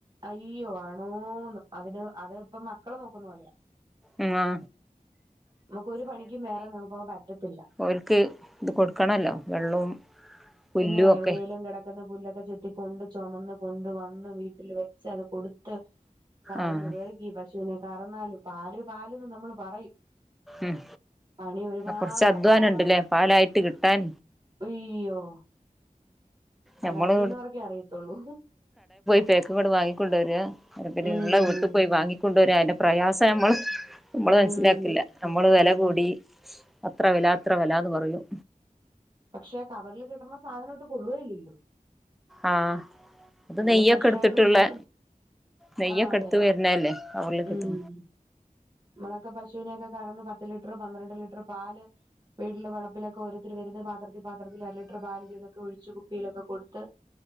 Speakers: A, on the right (about 30°); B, in the centre.
A: അയ്യോ ആണോ ന്ന് അതിന് അത് ഇപ്പ മക്കള് നോക്കുന്ന പോലെയ
B: ഉം ആ
A: നമ്മക്ക് ഒരു പണിക്കും വേറെ നമുക്ക് പോവാൻ പറ്റത്തില്ല.
B: ഓൽക്ക് ഇത് കൊടുക്കണല്ലോ വെള്ളവും പുല്ലും
A: പിന്നെ എവിടെലും
B: ഒക്കെ
A: കിട കെന്ന പുല്ലൊക്കെ ചെത്തി കൊണ്ട് ചൊമന്ന കൊണ്ട് വന്ന് വീട്ടിൽ വെച്ച് അത് കൊടുത്ത് കറന്ന്
B: ആഹ്
A: വെയ്കി പശുനെ കറന്നാലും പാല് പാലന്ന് നമ്മള് പറയും
B: ഉം
A: പണി ഒരുപാടാണ്
B: കൊറച്ച് അധ്വാനം
A: ഒരുപാട്
B: ഉണ്ട്ല്ലേ പാലായിട്ട് കിട്ടാൻ
A: ഒയ്യോ
B: ഞമ്മള്
A: അതറിയുന്നവർക്കെ അറിയതൊള്ളൂ
B: <unintelligible> ഇങ്ങട് വാങ്ങിക്കൊണ്ട് വരാ പിന്നെ
A: ഉം
B: ഇള്ള വീട്ട് പോയി വാങ്ങിക്കൊണ്ട് വരാ അയിന്റെ പ്രയാസം നമ്മള് നമ്മള്
A: ഉം
B: മനസ്സിലാക്കില്ല നമ്മള് വെല
A: ഉം
B: കൂടി അത്ര വെല ഇത്ര വെലാന്ന് പറയും
A: പക്ഷെ കവറില് കിട്ടണ സാധനം ഒട്ടും കൊള്ളുകേല്ലല്ലോ?
B: ആഹ് അത്
A: നമ്മള്
B: നെയ്യൊക്കെ
A: ഫ്രഷ്
B: എടുത്തിട്ടുള്ളെ
A: ആയിട്ട് ഉണ്ടാക്കുന്ന
B: നെയ്യൊക്കെ
A: ആ അതെ
B: എടുത്ത് വരുന്നേല്ലേ കവർലൊക്കെ
A: ഉം
B: ഇട്ട്
A: നമ്മളൊക്കെ പശുവിനെയൊക്കെ കറന്ന് പത്ത് ലിറ്ററ് പന്ത്രണ്ട് ലിറ്ററ് പാല് വീട്ടില വളപ്പിലൊക്കെ ഓരോര്ത്തരു വെരുന്ന് പാത്രത്തി പാത്രത്തില് അര ലിറ്ററ് പാല് വീതൊക്കെ ഒഴിച്ചു കുപ്പിയിലൊക്കെ കൊടുത്ത്